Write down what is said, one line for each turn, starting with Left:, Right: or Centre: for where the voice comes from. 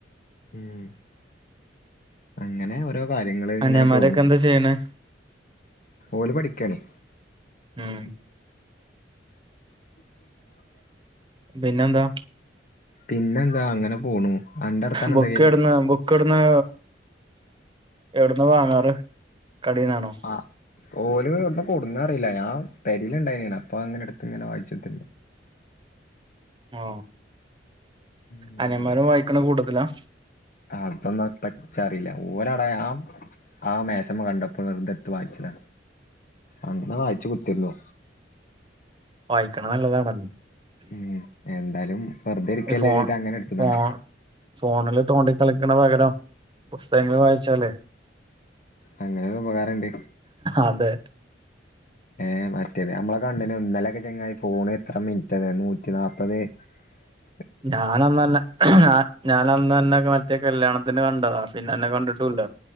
Left: ഉം അങ്ങനെ ഓരോ കാര്യങ്ങള് ഇങ്ങനെ
Right: അനിയന്മാരൊക്കെ
Left: പോണു,
Right: എന്താ ചെയ്യണ്
Left: ഓല് പഠിക്കാണ്
Right: ഉം
Left: ഇപ്പല്ല <unintelligible>
Right: പിന്നെ എന്താ
Left: പിന്നെന്താ അങ്ങനെ പോണു അന്റെ വർത്താനം
Right: ബുക്ക്
Left: എന്തൊക്കെ
Right: കെടന്ന് - ബുക്ക്‌ ഇവിടുന്ന് എവിടന്ന് വാങ്ങാറ് കടന്നാണോ
Left: ആ ഓല് എവിടുന്നാ കൊണ്ടുവന്നത് അറിയില്ല ഞാൻ ബാഗില് ലുണ്ടായനെയാണ് അപ്പൊ അങ്ങനെ അടുത്ത് ഇങ്ങനെ വായിച്ചിട്ട്
Right: ആ
Left: ഉം
Right: അനിയന്മാരും വായിക്കണ കൂട്ടത്തിലാ
Left: അതൊന്നും പച്ചാറിയി <unintelligible> ല്ല ഓരട ആ ആ മേശമ്മ കണ്ടപ്പോൾ വെറുതെടുത്ത് വായിച്ചത, അങ്ങനെ വായിച്ചു കുത്തിരുന്നു
Right: വായിക്കണ നല്ലതാണ്
Left: ഉം എന്താലും വെർതെ ഇരിക്കല്ല
Right: ഈ ഫോൺ
Left: എതിട്ട് അങ്ങനെ എട്ത്തതാണ്
Right: ഫോൺ ഫോണില് തോണ്ടി കളിക്കണ പകരം പുസ്തകങ്ങൾ വായിച്ചാലേ
Left: അങ്ങനെരു ഉപകാരണ്ട്
Right: അതെ
Left: ഏ മറ്റേത് നമ്മളെ കണ്ടനു ഇന്നലൊക്കെ ചങ്ങായി പോണ് എത്ര മിനിറ്റ നൂറ്റി നാപത് <unintelligible>
Right: ഞാനന്നന്നെ ഞാ ഞാൻ അന്നന്നെ ഒക്കെ മറ്റേ കല്യാണത്തിന് കണ്ടതാ പിന്നെ അന്നെ കണ്ടിട്ടുല്ല